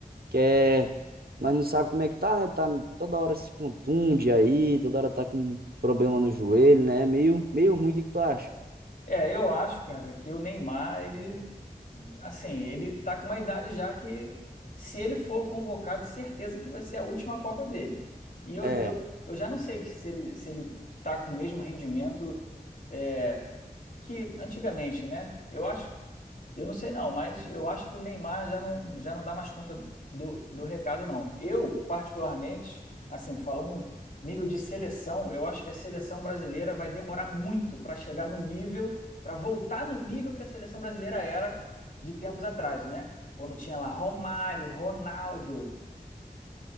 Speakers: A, on the right (about 75°); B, on the left (about 65°).
A: que é, nós não sabemos como é que tá, né? Tá toda hora se contunde aí, toda hora tá com problema no joelho, né? Meio, meio ruim, o que que tu acha?
B: É, eu acho, cara, que o Neymar, ele, assim, ele tá com uma idade já que, se ele for convocado, certeza que vai ser a última Copa dele. E eu,
A: É.
B: eu, eu já não sei se ele, se ele tá com o mesmo rendimento é, que antigamente, né? Eu acho, Eu não sei não, mas eu acho que o Neymar já não, já não dá mais conta do, do recado, não. Eu, particularmente, assim, falando nível de seleção, eu acho que a seleção brasileira vai demorar muito para chegar no nível, para voltar no nível que a seleção brasileira era de tempos atrás, né? Quando tinha lá Romário, Ronaldo,